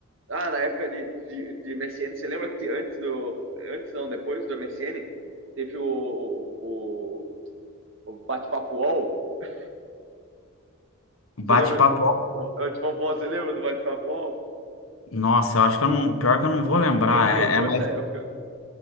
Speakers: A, on the right; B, on the left.
A: ah, na época de, de, de MSN, você lembra que te- antes do. Antes não, depois do MSN, teve o, o, o, o bate-papo UOL?
B: um
A: Você
B: bate-papo.
A: lembra? O bate-papo UOL, você lembra do bate-papo UOL?
B: Nossa, eu acho que eu não. Pior que eu não vou lembrar.
A: Você não pegou
B: É, é mais,
A: essa época?